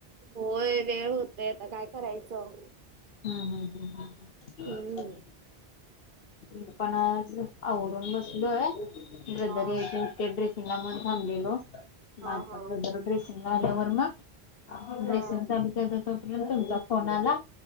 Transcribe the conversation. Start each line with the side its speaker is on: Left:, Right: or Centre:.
Right: होय वेळ होतोय आता काय करायचं.
Left: हम्म हम् हम्.
Right: हम्म
Left: म पण आज आवडून बसलोय ब्रदरीज
Right: हा
Left: त्या ड्रेसिंग ला मग थबलेलो
Right: हा
Left: माझा
Right: हा
Left: ब्रदर ड्रेसिंग ला आल्यावर मग
Right: हा
Left: बेसन चालू तोपर्यंत तुमचा फोन आला.